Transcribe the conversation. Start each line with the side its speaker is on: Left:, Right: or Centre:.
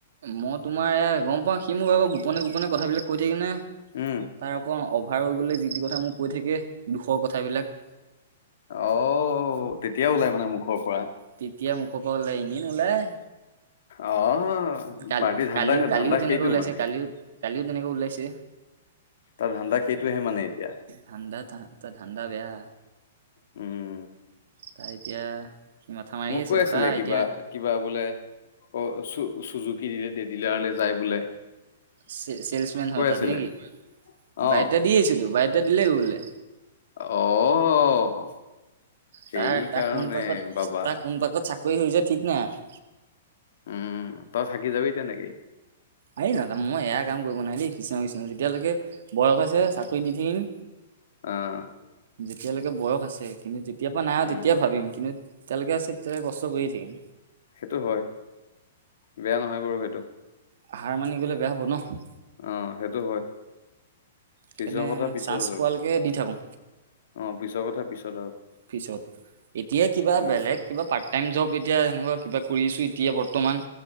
Right: মই তোমাৰ এ গ'ম পাওঁ সি মোক আকৌ গোপনে, গোপনে কথাবিলাক কৈ থাকেনে। তাৰ
Left: উম
Right: আকৌ অভাৰ হৈ গ'লে যি তি কথা মোক কৈ থাকে দুখৰ কথাবিলাক
Left: আহ তেতিয়া ওলাই মানে মুখৰ পৰা
Right: তেতিয়া মোকো পৰা ওলাই এনে নোলায়।
Left: অ',
Right: কালি
Left: পাৰ্টি ধান্দা,
Right: কালিও কালিও
Left: ধান্দা
Right: তেনেকৈ
Left: সেইটো
Right: ওলাইছে
Left: মানে।
Right: কালিও কালিও তেনেকে ওলাইছে।
Left: তাৰ ধান্দা সেইটোহে মানে এতিয়া।
Right: ধান্দা ত ধান্দা বেয়া।
Left: উম।
Right: তাই এতিয়া স মাথা মাৰি
Left: মোক
Right: আছে
Left: কৈ
Right: ৰখা
Left: আছিলে কিবা
Right: এতিয়া।
Left: কিবা বোলে অ' চু-চুজুকি দিলে ড-ডিলাৰলৈ যায় বোলে।
Right: চে-ছেলচমেন হয়
Left: কৈ
Right: তাত
Left: আছিলে।
Right: নেকি?
Left: অ',
Right: বাইতটা দি আহিছোতো বাইটা দিলে হ'ব বোলে।
Left: অ'। সেইকাৰণে
Right: তাৰ তাৰ কোনপাকত
Left: বাবা।
Right: তাৰ কোনপাকত চাকৰি হৈ যায় ঠিক নাই।
Left: উম, তই থাকি যাবি তেনেকেই।
Right: আই, নাযা, মই এয়া কাম কৰিব নোৱাৰি দেই, কিছুমান কিছুমান যেতিয়ালৈকে বয়স আছে চাকৰি দি থাকিম।
Left: অ'।
Right: যেতিয়ালৈকে বয়স আছে কিন্তু যেতিয়াৰপৰা নাই আৰু
Left: উম,
Right: তেতিয়া ভাবিম কিন্তু যেতিয়ালৈকে আছে কষ্ট কৰিয়ে থাকিম।
Left: সেইটো হয়, বেয়া নহয় বাৰু সেইটো।
Right: হাৰ মানি গ'লে বেয়া হ'ব ন'?
Left: অ' সেইটো হয়। পিছৰ
Right: সেইকাৰণে
Left: কথা পিছত
Right: চাঞ্চ
Left: আৰু।
Right: পোৱালৈকে দি থাকোঁ।
Left: অ' পিছৰ কথা পিছত আৰু।
Right: পিছত, এতিয়া কিবা
Left: উম,
Right: বেলেগ কিবা পাৰ্ট টাইম জব এতিয়া তেনেকুৱা কিবা কৰি আছোঁ এতিয়া বৰ্তমান